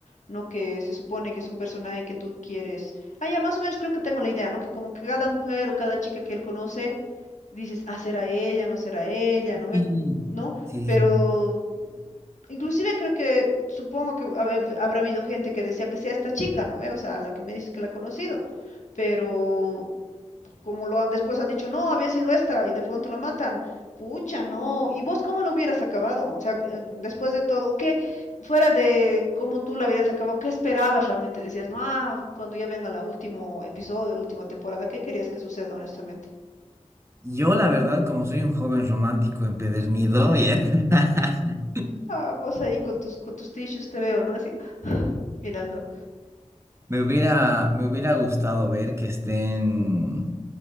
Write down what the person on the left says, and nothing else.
No que se supone que es un personaje que tú quieres. Ah, ya más o menos creo que tengo la idea, ¿no? Que como que cada mujer o cada chica que él conoce, dices, ah, será ella, no será ella, no me,
¿no?
Pero inclusive creo que, supongo que hab- habrá habido gente que decía que sea esta chica, ¿no ve? O sea, la que me dices que la ha conocido, pero como lo han, después han dicho, no, había sido esta y de pronto la matan. Pucha, no. ¿Y vos cómo lo hubieras acabado? O sea, eh, después de todo, ¿o ¿qué, fuera de cómo tú la hubieras acabado, qué esperabas realmente? Decías, no, ah, cuando ya venga el último episodio, la última temporada, ¿qué querías que suceda, honestamente?
Ah, vos ahí con tus, con tus tissues te veo, ¿no? Así, <laughs> <sighs> mirando.